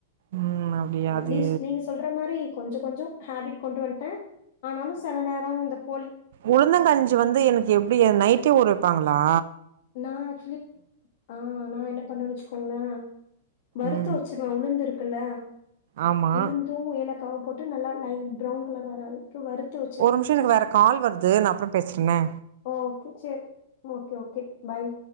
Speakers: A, on the right; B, on the left.
A: ம் அப்டியா அது
B: நீ நீ சொல்ற மாதிரி கொஞ்சோ கொஞ்சோ ஹேபிட் கொண்டு வந்துட்டே ஆனாலு சில நேரோ இந்தப்
A: உளுந்தங்கஞ்சி வந்து எனக்கு எப்டி நைட்டே ஊர வைப்பாங்களா
B: நா ஆக்சுவலி ஆ நா என்ன பண்னுவேனு வச்சுக்கோங்களே வருத்த
A: ம்
B: வச்சு ருவே உளுந்து இருக்குல்ல
A: ஆமா
B: உளுந்தும் ஏலக்காவு போட்டு நல்லா லைட் ப்ரவுன் கலர் வராது த்து வருத்து வச்
A: ஒரு நிமிஷம் எனக்கு வேறு கால் வருது நா அப்றோ பேசுறனே
B: ஓகே செரி ஓகே ஓகே பாய்